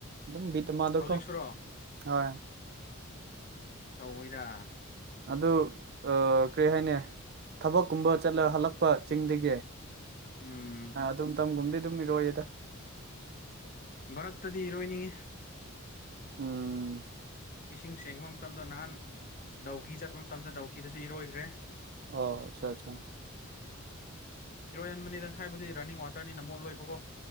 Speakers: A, on the right; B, on the left.
A: ꯑꯗꯨꯝ ꯕꯤꯠꯇ ꯃꯥꯗꯀꯣ
B: ꯍꯧꯖꯤꯛꯁꯨꯔꯣ
A: ꯍꯣꯏ
B: ꯇꯧꯣꯏꯗ
A: ꯑꯗꯨ ꯀꯔꯤ ꯍꯥꯏꯅꯤ ꯊꯕꯛꯀꯨꯝꯕ ꯆꯠꯂ ꯍꯜꯂꯛꯄ ꯆꯤꯡꯗꯒꯤ
B: ꯎꯝ
A: ꯑꯗꯨꯝ ꯃꯇꯝꯝꯒꯨꯝꯗꯤ ꯑꯗꯨꯝ ꯏꯔꯣꯏꯌꯦꯗ
B: ꯚꯛꯇꯗꯤ ꯏꯔꯣꯏꯅꯤꯡꯉꯤ
A: ꯎꯝ
B: ꯏꯁꯤꯡ ꯁꯦꯡꯕ ꯃꯇꯝꯗ ꯅꯍꯥꯟ ꯗꯥꯎꯀꯤ ꯆꯠꯄ ꯃꯇꯝꯗ ꯗꯥꯎꯀꯤꯗꯁꯨ ꯏꯔꯣꯏꯈ꯭ꯔꯦ
A: ꯑ ꯑꯆꯥ ꯑꯆꯥ
B: ꯟꯕꯅꯤꯅ ꯍꯥꯏꯕꯗꯤ ꯔꯟꯅꯤꯡ ꯋꯥꯇꯔꯅꯤꯅ ꯃꯣꯠ ꯂꯣꯏꯕꯀꯣ